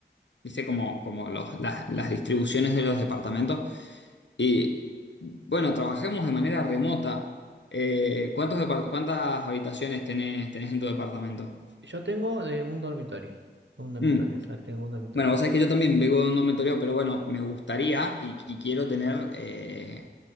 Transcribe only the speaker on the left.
viste, como, como los, las, las distribuciones de los departamentos. Y bueno, trabajemos de manera remota. Eh, ¿cuántos depart- cuántas habitaciones tenés, tenés en tu departamento?
Mm.
Bueno, vos sabés que yo también vengo de un dormitorio, pero bueno, me gustaría y, y quiero tener, eh,